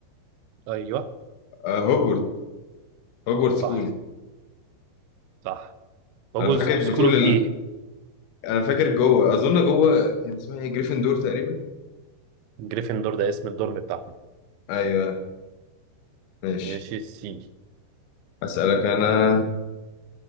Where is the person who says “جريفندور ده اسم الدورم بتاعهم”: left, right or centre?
Right